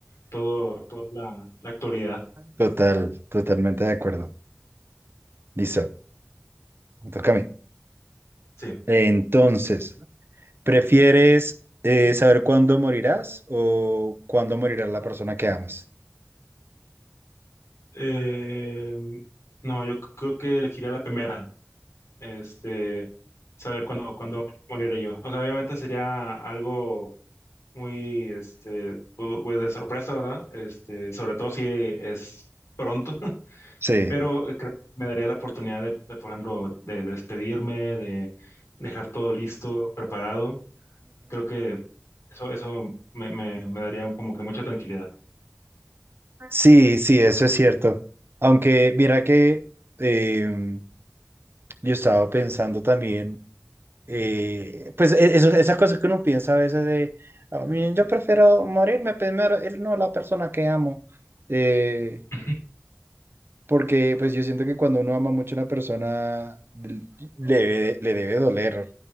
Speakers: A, on the left; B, on the right.
A: todo, toda la, la actualidad.
B: Total, totalmente de acuerdo. Listo, me toca a mí.
A: Sí.
B: Entonces, ¿prefieres eh, saber cuándo morirás o cuándo morirá la persona que amas?
A: Eh, no, yo c- creo que elegiría la primera, este, saber cuándo, cuándo moriré yo. O sea, obviamente sería algo muy, este, pu- pues, de sorpresa, ¿verdad? Este, sobre todo si es pronto.
B: Sí.
A: Pero eh, creo que me daría la oportunidad de, de, por ejemplo, de despedirme, de dejar todo listo, preparado. Creo que eso, eso me, me- me daría como que mucha tranquilidad.
B: Sí, sí, eso es cierto. Aunque mira que eh, yo estaba pensando también, eh, pues e- eso- esas cosas que uno piensa a veces de, "Ah, miren, yo prefiero morirme primero, él no la persona que amo, Eh,
A: Ujú.
B: porque pues yo siento que cuando uno ama mucho a una persona, l- le, debe- le debe doler